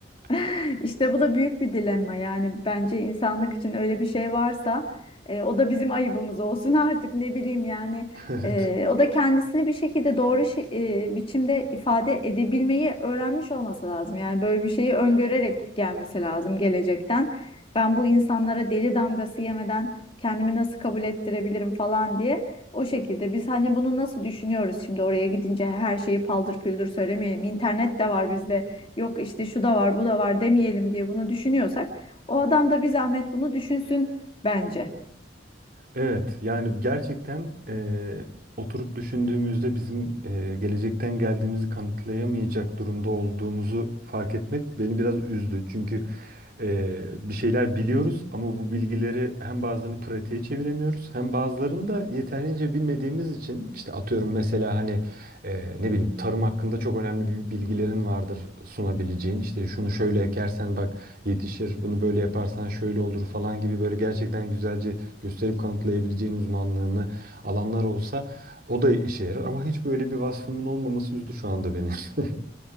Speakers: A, on the left; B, on the right.
A: <laughs>
B: <laughs>
A: İşte bu da büyük bir dilemma. Yani bence insanlık için öyle bir şey varsa e, o da bizim ayıbımız olsun <laughs> artık ne bileyim yani.
B: Evet.
A: E, o da kendisini bir şekilde doğru şi- e, biçimde ifade edebilmeyi öğrenmiş olması lazım. Yani böyle bir şeyi öngörerek gelmesi lazım gelecekten. Ben bu insanlara deli damgası yemeden kendimi nasıl kabul ettirebilirim falan diye. O şekilde biz hani bunu nasıl düşünüyoruz şimdi oraya gidince her şeyi paldır küldür söylemeyelim. İnternet de var bizde yok işte şu da var bu da var demeyelim diye bunu düşünüyorsak o adam da bir zahmet bunu düşünsün bence.
B: Evet, yani gerçekten eee, oturup düşündüğümüzde bizim eee, gelecekten geldiğimizi kanıtlayamayacak durumda olduğumuzu fark etmek beni biraz üzdü. Çünkü eee, bir şeyler biliyoruz ama bu bilgileri hem bazılarını pratiğe çeviremiyoruz hem bazılarını da yeterince bilmediğimiz için işte atıyorum mesela hani eee, ne bileyim tarım hakkında çok önemli bir bilgilerin vardır sunabileceğin. İşte şunu şöyle ekersen bak yetişir, bunu böyle yaparsan şöyle olur falan gibi böyle gerçekten güzelce gösterip kanıtlayabileceğin uzmanlığını alanlar olsa o da işe yarar ama hiç böyle bir vasfımın olmaması üzdü şu anda beni. <laughs>